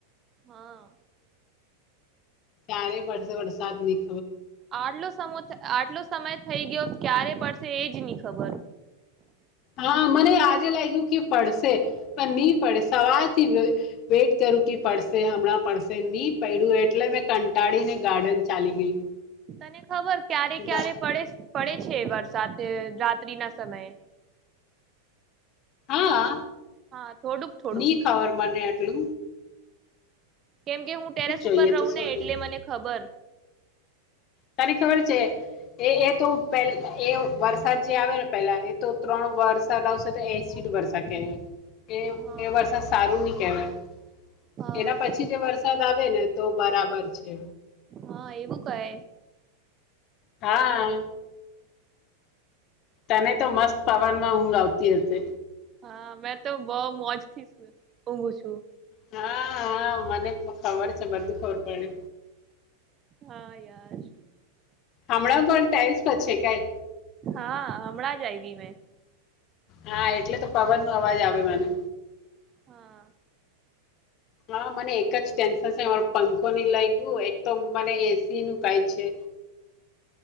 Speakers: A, on the right; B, on the left.
A: હા
B: ક્યારે પડશે વરસાદ ની
A: આડલો સમો આટલો સમય થઇ ગયો ક્યારે પડશે એજ ની ખબર
B: હા મને આજે લાયગુ કે પડશે પણ ની પડે સવાર થી વેટ કરું કે પડસે હમણાં પડસે ની પયડુ એટલે મેં કંટાળી ને ગાર્ડન ચાલી ગઈ
A: તને ખબર ક્યારે ક્યારે
B: ગા
A: પડે પડે છે વરસાદ એ રાત્રિ ના સમયે
B: હા
A: હા થોડુંક થોડુંક
B: ની ખબર મને હલુ
A: કેમ કે હું ટેરેસ
B: જોઈએ
A: ઉપર રહું
B: તો સારું
A: ને એટલે મને ખબર
B: તને ખબર છે એ એ તો પે એ વરસાદ જે આવે ને પેલા એ તો ત્રણ વરસાદ આવશે તો એસીડ વરસા કે એ
A: હા
B: એ વરસાદ સારું ની કેવાય
A: હા
B: એના પછી જે વરસાદ આવે ને તો બરાબર છે
A: હા એવું કહે
B: હા તને તો મસ્ત પવન માં ઊંઘ આવતી હસે
A: હા મેં તો બઉ મોજ થી સુએ, ઊઘું છું
B: હા હા મને તો ખબર છ બધુ ખબર પડે,
A: હા યાર
B: હમણાં પણ ટેરસ છે કઈ
A: હા હમણાં જ આવી મેં
B: હા એટલે તો પવન નો અવાજ આવે મને
A: હા
B: હા મને એક જ ટેન્શન સે પંખો ની લાયગુ એક તો મને એસી નું કાઈ છે